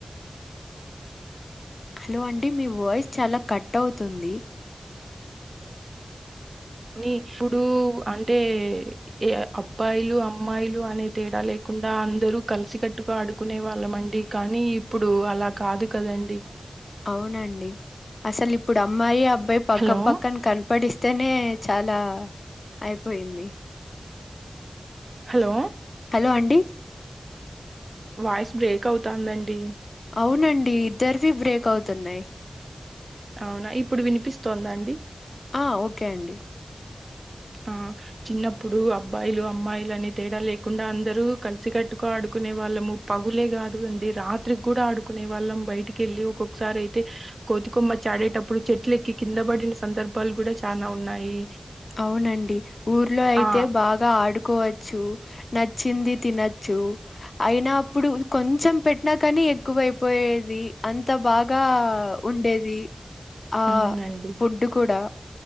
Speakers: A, on the left; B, on the right.
A: హలో అండి మీ వాయిస్ చాలా కట్ అవుతుంది
B: కానీ ఇప్పుడు అంటే ఏ అబ్బాయిలు అమ్మాయిలు అనే తేడా లేకు కుండా అందరూ కలిసికట్టుగా ఆడుకునే వాళ్ళం అండి కానీ ఇప్పుడు అలా కాదు కదండి
A: అవునండి అసల్ ఇప్పుడు అమ్మాయి అబ్బాయి పక్క
B: హలో
A: పక్కన కనపడిస్తె తెనే చాలా అయిపోయింది
B: హలో
A: హలో అండి
B: వాయిస్ బ్రేక్ అవుతుందాండి
A: అవునండి ఇద్దరివి బ్రేక్ అవుతున్నాయి
B: అవునా ఇప్పుడు వినిపిస్తోందా అండి
A: ఆ ఓకే అండి
B: ఆ చిన్నప్పుడు అబ్బాయిలు అమ్మాయిలు అనే తేడా లేకుండా అందరూ కలిసి కట్టుగా ఆడుకు కునే వాళ్ళము పగులే కాదు అండి రాత్రికి కూడా ఆడుకునే వాళ్ళం బయటికి వెళ్ళి ఒక్కొక్కసారి అయితే కోతికొమ్మచ్చి ఆడేటప్పుడు చెట్లెక్కి కిందబడిన సందర్భాలు కూడా చనా ఉన్నాయి
A: అవునండి ఊర్లో అయితే
B: ఆ
A: బాగా ఆడుకోవచ్చు నచ్చింది తినచ్చు అయినా అప్పుడు కొంచెం పెట్టినాకని ఎక్కువైపోయేది అంత బాగా ఉండేది ఆ
B: అవునండి
A: ఫుడ్ కూడా